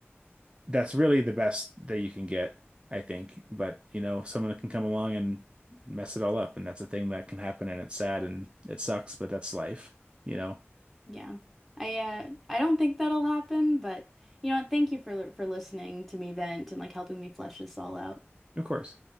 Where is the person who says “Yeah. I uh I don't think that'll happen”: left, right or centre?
Centre